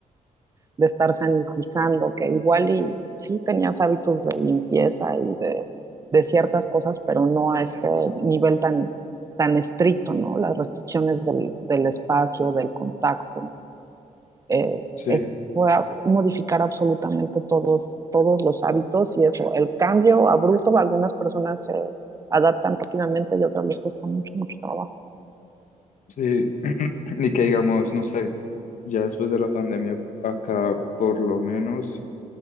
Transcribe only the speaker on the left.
sí,
sí. <clears throat> Ni que digamos, no sé, ya después de la pandemia, acá por lo menos,